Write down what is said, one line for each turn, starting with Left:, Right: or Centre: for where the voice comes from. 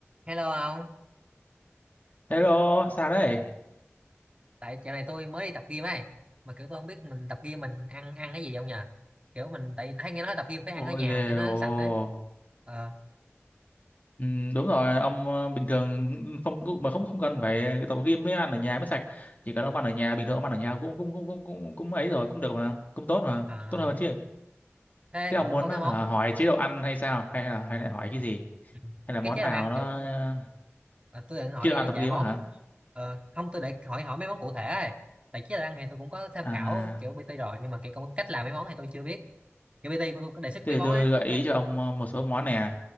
Right: Hello ông,
Left: Hello, sao đấy?
Right: tại chỗ này tôi mới đi tập gym ấy, mà kiểu tôi không biết mình tập gym mình ăn ăn cái gì không nhờ. Kiểu mình tại vì thấy nghe nói tập gym phải ăn
Left: Ôi
Right: ở nhà
Left: ghê
Right: cho nó
Left: ồ.
Right: sạch ấy. Ờ,
Left: Ừ, đúng rồi, ông ờ, bình thường không mà không không cần phải tập gym mới ăn ở nhà mới sạch. Chỉ cần ông ăn ở nhà, bình thường ông ăn ở nhà cũng cũng cũng cũng cũng, cũng ấy rồi, cũng được mà, cũng tốt mà,
Right: à,
Left: tốt hơn chứ.
Right: thế
Left: Thế ông
Right: kiểu
Left: muốn
Right: có cái
Left: ờ,
Right: món
Left: hả, hỏi chế độ ăn hay sao? Hay là hay là hỏi cái gì?
Right: Ừ.
Left: Hay là món
Right: cái chế
Left: nào
Right: độ ăn
Left: nó
Right: kiểu
Left: ờ,
Right: à, tôi định hỏi
Left: chế độ ăn
Right: vài,
Left: tập
Right: vài
Left: gym
Right: món
Left: á hả?
Right: ờ, không tôi để hỏi hỏi mấy món cụ thể ấy. Tại chế độ ăn thì tôi cũng có tham
Left: À,
Right: khảo kiểu PT rồi nhưng mà cái công- cách làm mấy món thì tôi chưa biết. Kiểu PT của tôi có đề xuất
Left: thế
Right: mấy
Left: thì
Right: món
Left: tôi
Right: ấy,
Left: gợi ý
Right: chắc
Left: cho ông ờ, một số món nè.